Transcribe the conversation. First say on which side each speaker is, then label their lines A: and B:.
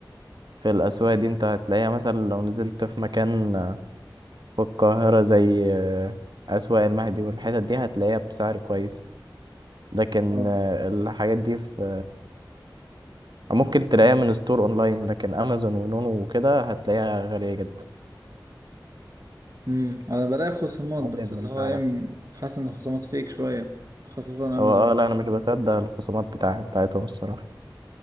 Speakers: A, on the right; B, on the right.
A: في الأسواق دي أنت هتلاقيها مثلا لو نزلت في مكان آه، في القاهرة زي آه، أسواق المهدي والحتت دي هتلاقيها بسعر كويس لكن
B: اه
A: آه، الحاجات دي في ممكن تلاقيها من ستور اونلاين لكن امازون ونونو وكده هتلاقيها غالية جدا
B: امم انا بلاقي خصومات
A: ازيد
B: بس اللي
A: من
B: هو
A: سعرها
B: ايه حاسس ان الخصومات فيك شويه خاصه امازون
A: هو اه لا انا مش بصدق الخصومات بتاع بتاعتهم الصراحة